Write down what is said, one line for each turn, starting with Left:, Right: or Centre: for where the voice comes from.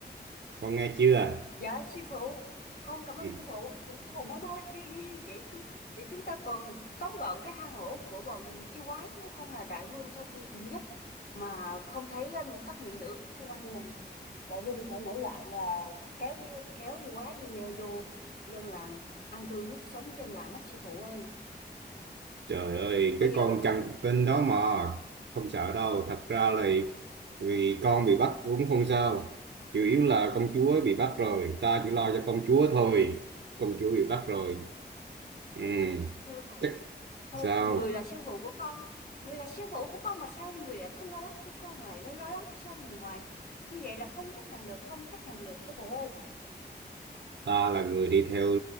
Right: Con nghe chưa?
Left: Dạ sư phụ, con cảm ơn
Right: Ừ.
Left: sư phụ. Dạ sư phụ mau mau đi đi để chúng để chúng ta còn tóm gọn cái hang ổ của bọn yêu quái nếu không là đại vương sau khi tỉnh giấc mà không thấy um, các mỹ nữ xung quanh mình thì đại vương sẽ nổi loạn và kéo y- kéo yêu quái đi uh, vô dân làng ăn tươi nuốt sống dân làng mất sư phụ ơi.
Right: Trời ơi,
Left: Bây
Right: cái
Left: giờ
Right: con chằn tin đó mà không sợ đâu. Thật ra là vì con bị bắt cũng không sao. Chủ yếu là công chúa bị bắt rồi, ta chỉ lo cho công chúa thôi. Công chúa bị bắt rồi. Ừ,
Left: Sư phụ,
Right: chắc
Left: thôi
Right: sao?
Left: người là sư phụ của con, người là sư phụ của con mà sao người lại không lo lắng cho con mà lại lo lắng cho người ngoài. Như vậy là không chấp nhận được, không chấp nhận được sư phụ ơi.
Right: Ta là người đi theo